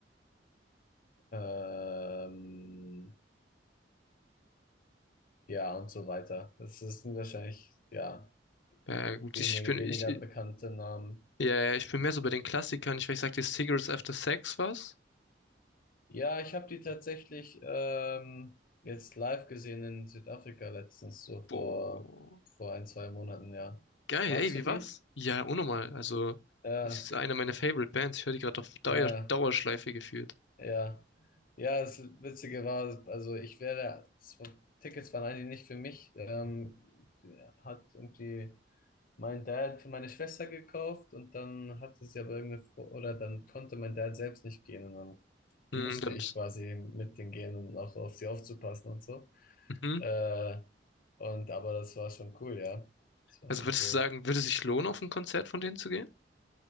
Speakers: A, on the left; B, on the left.
A: ähm, ja und so weiter. Das ist wahrscheinlich, ja.
B: Ja, gut,
A: Wenige,
B: ich bin,
A: weniger
B: ich,
A: bekannte Namen.
B: Ja, ja, ich bin mehr so bei den Klassikern. Ich weiß, sagt dir Cigarettes After Sex was?
A: Ja, ich habe die tatsächlich ähm, jetzt live gesehen in Südafrika letztens, so
B: Boah.
A: vor, vor ein, zwei Monaten, ja.
B: Geil,
A: Magst
B: ey, wie
A: du die?
B: war's? Ja, unnormal. Also,
A: Äh,
B: das ist eine meiner Favorite Bands. Ich höre die gerade auf Dauer
A: äh,
B: Dauerschleife geführt.
A: ja. Ja, das Witzige war, also ich wäre, das war, Tickets waren eigentlich nicht für mich. Ähm, hat irgendwie mein Dad für meine Schwester gekauft und dann hatte sie aber irgendeine, Fro- oder dann konnte mein Dad selbst nicht gehen und dann
B: Hm,
A: musste
B: dann
A: ich
B: bist,
A: quasi mit denen gehen und auch auf sie aufzupassen und so.
B: mhm.
A: Äh, und aber das war schon cool, ja. Das war
B: Also
A: schon
B: würdest
A: cool.
B: du sagen, würde es sich lohnen, auf ein Konzert von denen zu gehen?